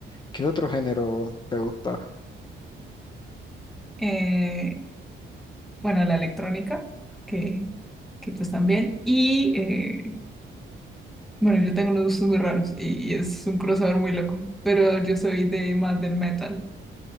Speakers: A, on the left; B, in the centre.
A: ¿qué otro género te gusta?
B: Eh, bueno, la electrónica, que, que pues también. Y eh, Bueno, yo tengo unos gustos muy raros y es un crossover muy loco, pero yo soy de más del metal.